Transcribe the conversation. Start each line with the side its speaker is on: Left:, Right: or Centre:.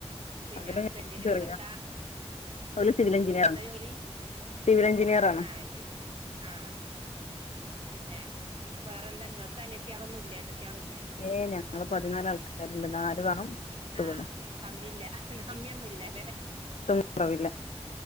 Right: പിന്നെ
Left: പകല്
Right: ഹസ്ബൻഡിന്
Left: ചെറിയ
Right: ഇവിടെ എന്താ
Left: ഓല് സിവിൽ എഞ്ചിനീയറാണ്
Right: ഇവിടെ എന്താ ജോലി
Left: സിവിൽ എഞ്ചിനീയറാണ്
Right: ആഹ് ശരി ആഹ പിന്നെ വേറെ എന്തെങ്ങക്ക് അനിയത്തിയാളൊന്നും ഇല്ല ഏട്ടത്തെ ആള ഇല്ല
Left: ഏ ഞങ്ങള് പതിനാല് ആൾക്കാരുണ്ട് നാല് വേണം പത്ത്
Right: ആഹ്
Left: പെണ്ണും
Right: കമ്മില്ല കമ്മിയൊന്നുംല്ലല്ലേ
Left: ഒട്ടും കുറവില്ല